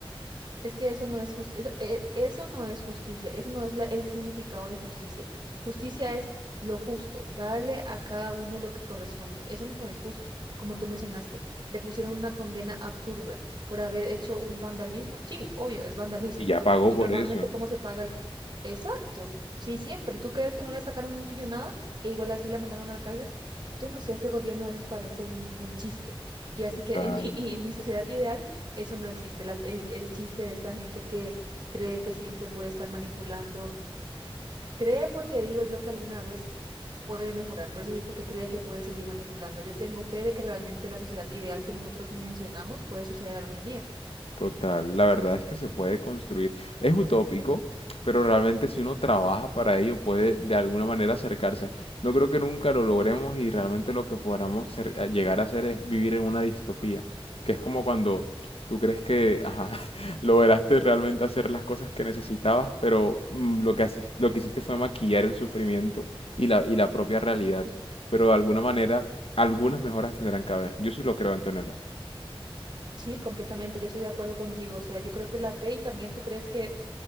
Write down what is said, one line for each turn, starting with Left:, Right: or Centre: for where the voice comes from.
Right: Es que eso no es justicia, eso no es justicia, eso no es la- el significado de justicia. Justicia es lo justo, darle a cada uno lo que corresponde. Eso no es justo, como tú mencionaste. Le pusieron una condena absurda por haber hecho un vandalismo. Sí, obvio, es vandalismo.
Left: Y ya pagó
Right: Y
Left: por
Right: normalmente,
Left: eso.
Right: ¿cómo se paga? el- Exacto, sí, siempre. ¿Tú crees que no le sacaron millonada e igual así la mandaron a la cárcel? Yo no sé, ese gobierno a veces parece un, un chiste. Y así
Left: Total.
Right: que en mi, y en mi sociedad ideal eso no existe. Las- el, el chiste de esta gente que cree que siempre puede estar manipulando, cree porque digo yo que alguna vez puede mejorar. Por eso digo que cree que puede seguir manipulando. Yo tengo fe de que realmente la sociedad ideal que nosotros mencionamos puede suceder algún día.
Left: Total, la verdad es que se puede construir. Es utópico, pero realmente si uno trabaja para ello puede de alguna manera acercarse. No creo que nunca lo logremos y realmente lo que podamos ser- a llegar a hacer es vivir en una distopía, que es como cuando tú crees que ajá, <laughs> lograste realmente hacer las cosas que necesitabas, pero mm, lo que, haci- lo que hiciste fue maquillar el sufrimiento y la, y la propia realidad.
Right: Sí.
Left: Pero de alguna manera, algunas mejoras tendrán que haber. Yo sí lo creo, Antonella.
Right: Sí, completamente. Yo estoy de acuerdo contigo. O sea, yo creo que la fe y también tú crees que